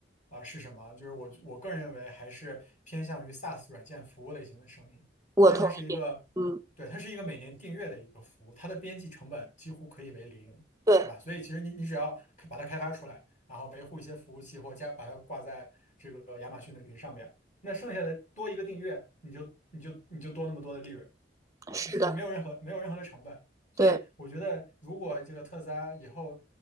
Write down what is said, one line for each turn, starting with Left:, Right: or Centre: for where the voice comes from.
Left: 啊、是什么？就是我我个人认为还是偏向于 SaaS 软件服务类型的生意，
Right: 我同意。
Left: 因为它是一个，
Right: 嗯，
Left: 对，它是一个每年订阅的一个服务，它的边际成本几乎可以为零。
Right: 对，
Left: 对吧？所以其实你你只要开把它开发出来，然后维护一些服务器或加把它挂在这个亚马逊的云上面，那剩下的多一个订阅，你就你就你就多那么多的利润。啊，
Right: 是的，
Left: 是没有任何没有任何的成本，所以我觉得，
Right: 对
Left: 如果这个特斯拉以后